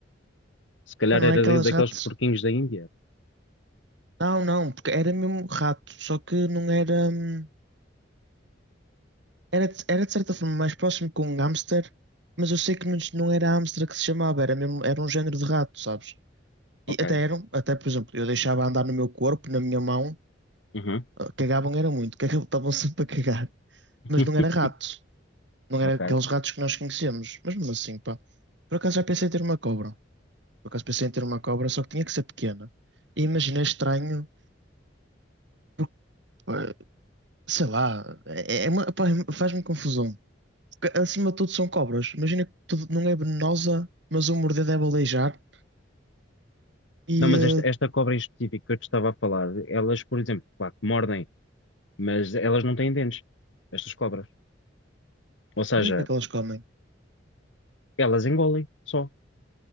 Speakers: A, on the left; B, on the right.
A: Se calhar
B: Pá, não
A: era
B: é aquelas
A: da- daqueles
B: ratas.
A: porquinhos da Índia.
B: Não, não, porque era mesmo rato, só que não era. hum, Era, de- era de certa forma mais próximo com um hamster, mas eu sei que não, não era hamster que se chamava, era mesmo, era um género de rato, sabes?
A: Ok.
B: E até eram, até por exemplo, eu deixava andar no meu corpo, na minha mão,
A: Uhum.
B: ah, cagavam era muito, cagavam, estavam sempre a cagar,
A: <laughs>
B: mas não era rato, não
A: Ok.
B: era aqueles ratos que nós conhecemos, mas mesmo assim, pá. Por acaso já pensei em ter uma cobra, por acaso pensei em ter uma cobra, só que tinha que ser pequena. E imaginei estranho, porque, pá, sei lá, é, é uma- pá, faz-me confusão. Porque, acima de tudo são cobras, imagina que tudo, não é venenosa, mas o morder deve aleijar, e
A: Não, mas
B: ah,
A: esta, esta cobra em específico que eu te estava a falar, elas, por exemplo, claro que mordem, mas elas não têm dentes, estas cobras. Ou seja,
B: não sei como é que elas comem.
A: elas engolem só.